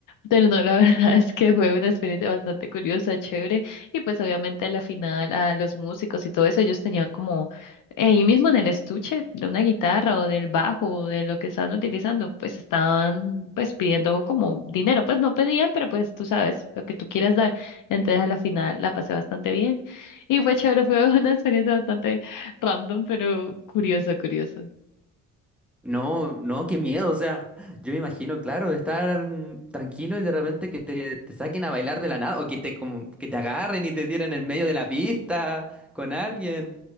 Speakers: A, on the left; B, in the centre.
A: Pero no, la <laughs> verdad es que fue una experiencia bastante curiosa, chévere. Y pues obviamente a la final a los músicos y todo eso, ellos tenían como ahí mismo en el estuche de una guitarra o del bajo o de lo que estaban utilizando, pues estaban pues pidiendo como dinero, pues no pedían, pero pues tú sabes lo que tú quieras dar. Entonces a la final la pasé bastante bien y fue chévere, fue <laughs> una experiencia bastante random, pero curioso curioso
B: No, no, qué miedo, o sea, yo me imagino, claro, de estar tranquilo y de repente que te, te saquen a bailar de la nada o que te como que te agarren y te tiren en medio de la pista con alguien.